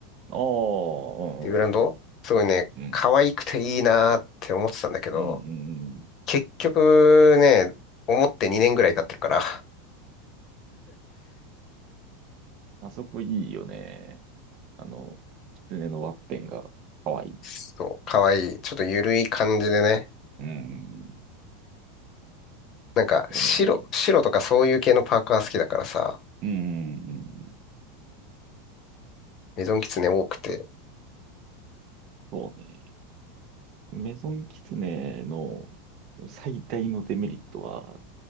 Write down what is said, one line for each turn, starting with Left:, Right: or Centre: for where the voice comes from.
Right: ああ、
Left: ていうブランドすごいね、
Right: うん、
Left: 可愛くていいなーって思ってたんだけど、
Right: うん、うん、うん。うん
Left: 結局ね、思って2年ぐらい経ってるから、
Right: あそこいいよね。あの、狐のワッペンが可愛いい。
Left: そう、かわいい。ちょっとゆるい感じでね。
Right: うん、
Left: なんか、
Right: いやね。
Left: 白、白とかそういう系のパーカー好きだからさ、
Right: うん、
Left: メゾンキツネ多くて。
Right: そうね。メゾン狐の最大のデメリットは、